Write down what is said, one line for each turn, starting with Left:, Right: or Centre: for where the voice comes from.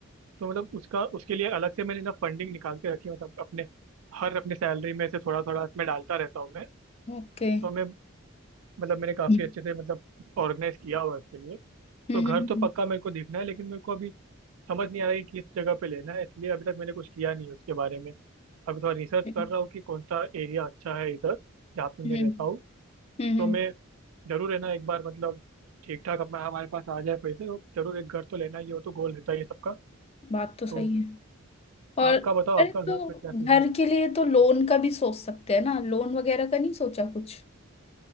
Right: तो मतलब उसका उसके लिए अलग से मैंने ना फंडिंग निकाल के रखी है मतलब अपने हर अपने सैलरी में से थोड़ा थोड़ा इसमें डालता रहता हूँ मैं
Left: ओके
Right: तो मैं मतलब मैंने काफी
Left: हम्म
Right: अच्छे से मतलब ऑर्गेनाइज किया हुआ है उसके लिए
Left: हम्म
Right: तो घर तो पक्का मेरे को देखना है लेकिन मेरे को अभी समझ नहीं आ रहा है कि किस जगह पे लेना है इसलिए अभी तक मैंने कुछ किया नहीं है उसके बारे में अभी थोड़ा रिसर्च
Left: हम्म
Right: कर रहा हूँ कि कौन सा एरिया अच्छा है इधर जहाँ पे
Left: हम्म
Right: मैं रहता हूँ
Left: हम्म, हम्म,
Right: तो मैं जरूर है ना एक बार मतलब ठीक ठाक अपना हमारे पास आ जाए पैसे तो जरूर एक घर तो लेना ही है, वो तो गोल रहता है ये सबका
Left: बात तो सही
Right: तो
Left: है और
Right: आपका बताओ
Left: अरे
Right: आपका घर
Left: तो
Right: का क्या सीन
Left: घर
Right: है
Left: के लिए तो लोन का भी सोच सकते हैं ना लोन वगैरह का नहीं सोचा कुछ